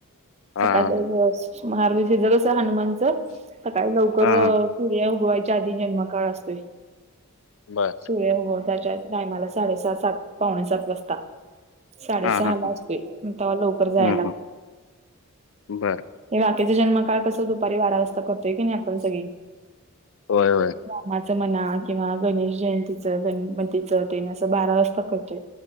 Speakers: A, on the left; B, on the right.
A: हा
B: सकाळी
A: हा.
B: <unintelligible> महारूद्र अभिषेक <unintelligible> हनुमानचं सकाळी लवकरच
A: हा हा
B: सूर्य उगवायच्या आधी जन्मकाळ असतोय.
A: बरं.
B: सूर्य उगवत्याच्या टायमाला साडेसहा सात पावणे सात वाजता. साडेसहा
A: हा हा
B: ला
A: हा
B: असतोय. अन तवा लवकर जाया
A: हम्म
B: लागतंय.
A: हम्म बर
B: हे बाकीचा जन्मकाळ कसं दुपारी बारा वाजता करतोय की नाही आपण सगळे.
A: होय होय
B: रामाच म्हणा किंवा गणेश जयंतीच गणपतीचं तेनेच असं बारा वाजता करतोयं.